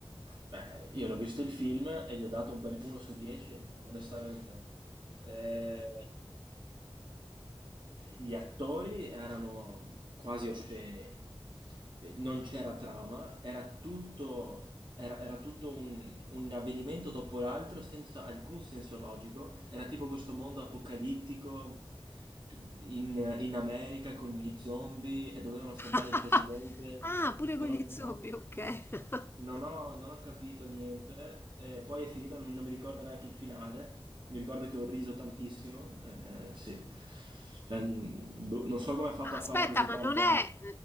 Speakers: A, on the right; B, on the left.
A: Beh, io l'ho visto il film e gli ho dato un bel 1 su 10, onestamente. Eh, gli attori erano quasi osceni, non c'era trama, era tutto, era, era tutto un, un avvenimento dopo l'altro senza alcun senso logico, era tipo questo mondo apocalittico in, in America con gli zombie e dovevano salvare
B: <laughs>
A: il presidente.
B: Ah, pure
A: Non
B: con gli
A: ho, non
B: zombie,
A: ho-
B: ok. <laughs>
A: non ho, non ho capito niente, e poi è finito, non, non mi ricordo neanche il finale, mi ricordo che ho riso tantissimo, eh, sì. Cioè, mh, boh, non so come ha fatto a
B: Aspetta,
A: fare così
B: ma
A: tanta
B: non è...